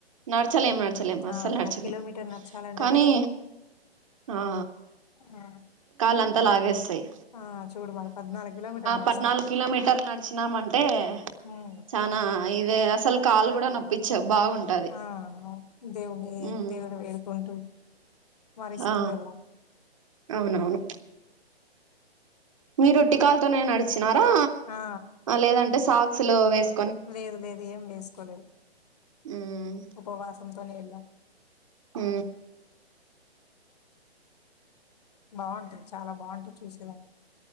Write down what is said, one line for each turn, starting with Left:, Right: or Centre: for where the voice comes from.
Right: నడచలేం నడచలేం అస్సల్
Left: ఆ!
Right: నడచలేం
Left: ఒక కిలోమీటర్ నడచాలంటేనే
Right: కానీ ఆ
Left: ఆ!
Right: కాళంతా లాగేస్తాయ్
Left: ఆ చూడు మరి పద్నాలుగు కిలోమీటర్లు నడుస్తాం
Right: పద్నాలుగు కిలోమీటర్లు నడిచినామంటే
Left: హ్మ్.
Right: చనా ఇదే అసల్
Left: అక్కడ
Right: కాలు కూడా నొప్పిచ్చవ్ బాగుంటది
Left: ఆ దేవుని
Right: ఉమ్,
Left: దేవుని వేడుకుంటూ స్మరిస్తూ
Right: ఆ
Left: వెళ్ళ
Right: అవునవును మీరోట్టి కాళ్తోనే నడిచినారా
Left: ఆ!
Right: లేదంటే సాక్స్ లో వేస్
Left: లేదు లేదు ఏం వేస్కోలేదు
Right: ఉమ్
Left: ఉపవాసంతోని ఎళ్ళ
Right: ఊ
Left: బావుంటది చాలా బావుంటది చూసేదా